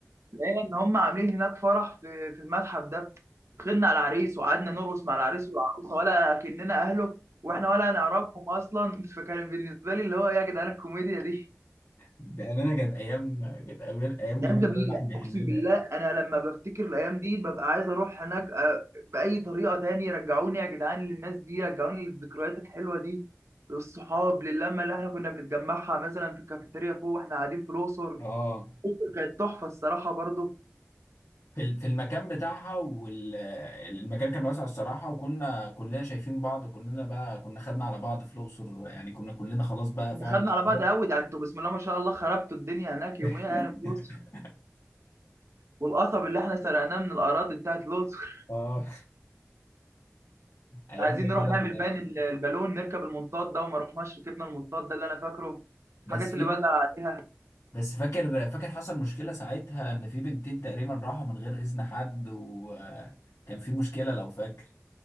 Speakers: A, on the right; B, on the left.
A: لقينا ان هم عاملين هناك فرح في في المتحف ده دخلنا على العريس وقعدنا نرقص مع العريس والعروسه ولا كأننا اهله واحنا ولا نعرفهم اصلا <laughs> فكان بالنسبه لي اللي هو إيه يا جدعان الكوميديا دي
B: بأمانة كانت أيام كانت أيام أيام جميلة
A: ايام جميله
B: أوي الواحد بيحن
A: اقسم
B: لها
A: بالله انا لما بفتكر الايام دي ببقى عايز اروح هناك آه، باي طريقه تاني رجعوني يا جدعان للناس دي رجعوني للذكريات الحلوه دي للصحاب للمه اللي احنا كنا بنتجمعها مثلا في الكافيتيريا فوق واحنا قاعدين في الاقصر
B: أه
A: الأقصر كانت تحفه الصراحه برضو
B: في ال- في المكان بتاعها والمكان كان واسع الصراحة وكنا كلنا شايفين بعض وكلنا بقى كنا خدنا على بعض في الأقصر يعني كنا كلنا خلاص بقى
A: كنا
B: فعلا
A: خدنا
B: إخوات
A: على بعض قوي ده انتوا بسم الله ما شاء الله خربتوا الدنيا هناك يوميها
B: <laughs>
A: يعني في الاقصر والقصب اللي احنا سرقناه من الاراضي بتاعت الاقصر
B: أه
A: <laughs>
B: أيام
A: عايزين
B: جميلة
A: نروح نعمل
B: والله
A: باين
B: العظيم
A: ال- البالون نركب المنطاد ده وما رحناش ركبنا المنطاد ده اللي انا فاكره الحاجات
B: بس في
A: اللي بزعل عليها
B: بس فاكر فاكر حصل مشكلة ساعتها إن في بنتين تقريبا راحوا من غير إذن حد وكان في مشكلة لو فاكر